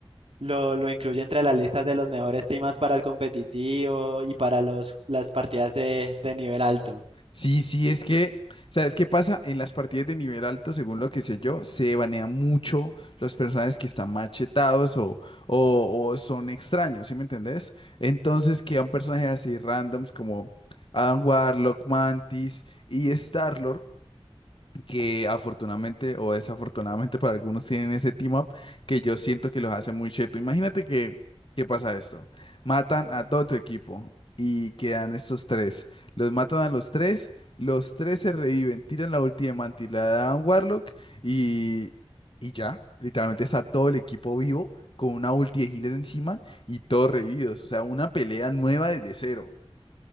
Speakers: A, on the right; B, on the left.
A: lo, lo incluye entre las listas de los mejores temas para el competitivo y para los, las partidas de, de nivel alto.
B: Sí, sí, es que, ¿sabes qué pasa? En las partidas de nivel alto, según lo que sé yo, se banean mucho los personajes que están machetados o, o, o son extraños, ¿sí me entendés? Entonces quedan personajes así randoms como Adam Warlock, Mantis y Starlord que afortunadamente o desafortunadamente para algunos tienen ese team up que yo siento que los hace muy cheto. Imagínate que, ¿qué pasa esto? Matan a todo tu equipo y quedan estos tres. Los matan a los tres, los tres se reviven, tiran la ulti de Mantis, la dan a Warlock y, y ya. Literalmente está todo el equipo vivo con una ulti de healer encima y todos revividos. O sea, una pelea nueva desde cero.